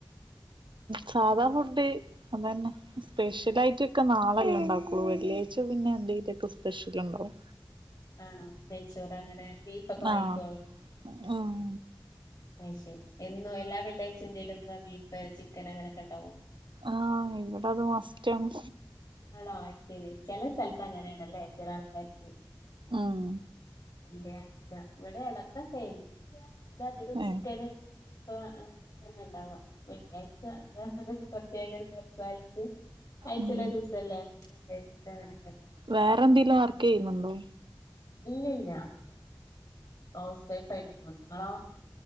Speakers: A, on the right; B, on the left.
A: സാധാ ഫുഡ് അത തന്നെ സ്പെഷ്യൽ ആയിട്ടൊക്കെ നാളെല്ലേ ഉണ്ടാക്കുള്ളൂ വെള്ളിയാഴ്ച പിന്നെ എന്തെങ്കിലുമൊക്കെ സ്പെഷ്യൽ ഉണ്ടാവും.
B: ആണോ നെയ്ച്ചോറ് അങ്ങനെ ബീഫൊക്കെ വാങ്ങിക്കൊ.
A: ആഹ്
B: <inaudible>
A: ഉം
B: അയ്ശെരി എന്നോ എല്ലാ വെള്ളി ആഴ്ചയും എന്തേലൊക്കെ ബീഫ് ചിക്കൻ അങ്ങനെയൊക്കെ ഉണ്ടാവോ
A: ആഹ് ഇവിടെ അത് മസ്റ്റാണ്.
B: ആണോ അയ്ശെരി ചില സ്ഥലത്ത് അങ്ങനെ ആണല്ലേ ചില ആൾക്കാർക്ക്.
A: ഉം
B: വെള്ളിയാഴ്ച്ച ഇവിടെ ഇടക്കൊക്കെ അധികം ചിക്കന്
A: ഏ
B: <unintelligible> ഇണ്ടാവാ വെള്ളിയഴ്ച <unintelligible> പ്രത്യേകമുള്ള ദിവസായിട്ട് ആയ്ച്ചേല്
A: ഉം
B: ഒരു ദിവസല്ലേ വിചാരിച്ചിട്ട് അങ്ങനൊക്കെ
A: വേറെ എന്തെലും വർക്ക് ചെയ്യുന്നുണ്ടോ
B: ഇല്ല ഇല്ല ഹൌസ് വൈഫ്‌ ആയിട്ട് പോന്നു ഇങ്ങളോ.